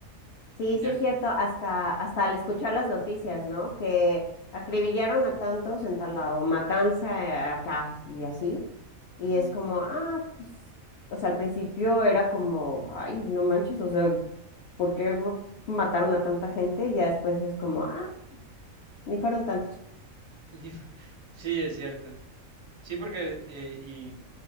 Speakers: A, on the left; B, on the right.
A: Sí, sí
B: Ya.
A: es
B: n-
A: cierto, hasta, hasta al escuchar las noticias, ¿no? Que acribillaron a tantos en tal lado, matanza eh, acá y así. Y
B: ujú.
A: es como, ah, pues, o sea, al principio era como, ay, no manches, o sea, ¿por qué mataron a tanta gente? Y ya después es como, ah, ni fueron tantos.
B: <laughs> Sí, es cierto. Sí, porque eh,